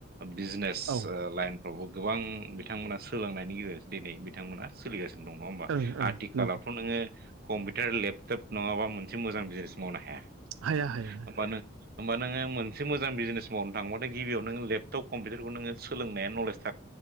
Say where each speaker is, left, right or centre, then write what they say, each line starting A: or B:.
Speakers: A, on the right; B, on the right.
A: बिजनेस
B: औ
A: लाइनफ्रावबो गोबां बिथांमोना सोलोंनायनि गेजेरजों दिनै बिथांमोना सोलिगासिनो दं नङा होमबा
B: ओं ओं
A: आथिखालावथ'
B: नंगौ
A: नोङो कम्पिउटार लेपटप नङाबा मोनसे मोजां बिजनेस मावनो हाया।
B: हाया हाया।
A: होमबा नों होमबा नोङो मोनसे मोजां बिजनेस मावनो थांबाथाय गिबियाव नों लेपटप कम्पिउटारखौ नोङो सोलोंनाया नलेज था